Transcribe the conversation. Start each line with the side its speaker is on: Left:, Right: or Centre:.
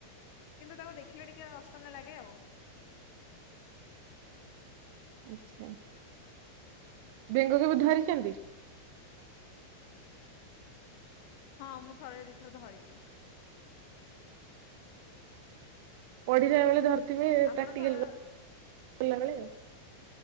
Left: କିନ୍ତୁ ତାକୁ ଦେଖିଲେ ଟିକେ ଅସନା ଲାଗେ ଆଉ।
Right: ଆଛା ବେଙ୍ଗ କେବେ ଧରିଛନ୍ତି?
Left: ହଁ ମୁଁ ଥରେ ଦିଇ ଥର ଧରିଛି।
Right: ପଢିଲା ବେଳେ ଧରିଥିବେ
Left: ଆପଣ
Right: ପ୍ରାକ୍ଟିକାଲ
Left: ଧର
Right: କଲା ବେଳେ।